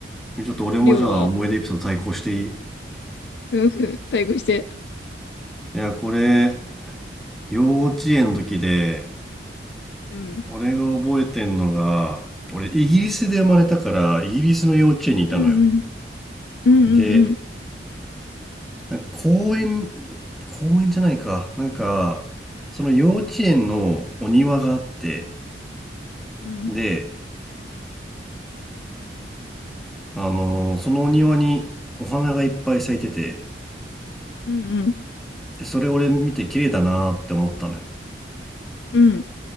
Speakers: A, in the centre; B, on the left (about 65°).
A: ちょっと俺もじゃあ思い出エピソード対抗していいい
B: りょうはうん、対抗して。
A: や、これ、幼稚園の時で、
B: うん。
A: 俺が覚えてんのが、俺イギリスで生まれたから、イギリスの幼稚園にいたのよ。
B: うんうん。うんうんうん。
A: で、なんか公園、公園じゃないか。なんか、その幼稚園のお庭があって、
B: うん
A: で、あのーそのお庭にお花がいっぱい咲いてて、
B: うんうん。
A: で、それ俺見て綺麗だなーって思ったのよ。
B: うん